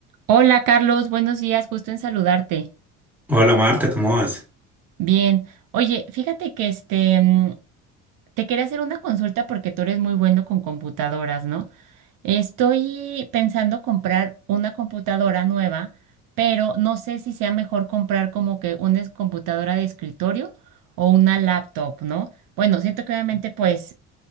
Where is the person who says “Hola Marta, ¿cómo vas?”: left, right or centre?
Centre